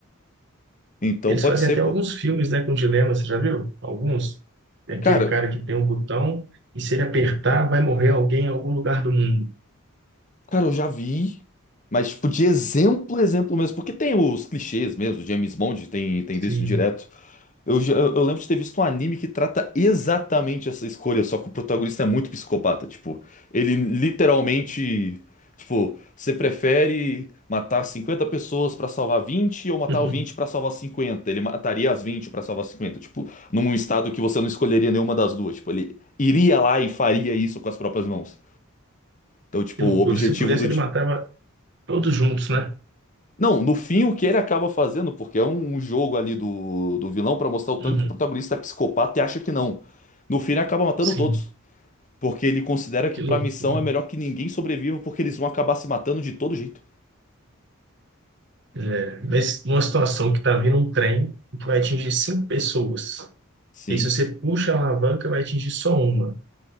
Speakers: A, on the left (about 35°); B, on the right (about 55°).
A: Então
B: eles
A: pode
B: fazem
A: ser,
B: até alguns
A: pô.
B: filmes, né, com dilemas, você já viu? Alguns. É aquele
A: Cara,
B: cara que tem um botão e se ele apertar, vai morrer alguém em algum lugar do mundo.
A: cara, eu já vi, mas tipo, de exemplo, exemplo mesmo, porque tem os clichês mesmo, James Bond tem, tem
B: Sim.
A: disso direto. Eu, já- eu lembro de ter visto um anime que trata exatamente essa escolha, só que o protagonista é muito psicopata. Tipo, ele literalmente. Tipo, você prefere matar 50 pessoas pra salvar 20 ou matar
B: <laughs>
A: o 20 pra salvar cinquenta Ele mataria as 20 pra salvar cinquenta Tipo, num estado que você não escolheria nenhuma das duas. Tipo, ele iria lá e faria isso com as próprias mãos. Então, tipo,
B: Que loucura.
A: o objetivo
B: Se pudesse,
A: do,
B: ele matava todos juntos, né?
A: Não, no fim, o que ele acaba fazendo, porque é um, um jogo ali do, do vilão pra mostrar o tanto
B: Uhum.
A: que o protagonista é psicopata e acha que não. No fim, ele acaba matando
B: Sim.
A: todos, porque ele considera que
B: Que
A: pra
B: loucura.
A: missão é melhor que ninguém sobreviva, porque eles vão acabar se matando de todo jeito.
B: É, mas numa situação que está vindo um trem que vai atingir cinco pessoas,
A: Sim.
B: e se você puxa a alavanca, vai atingir só uma. O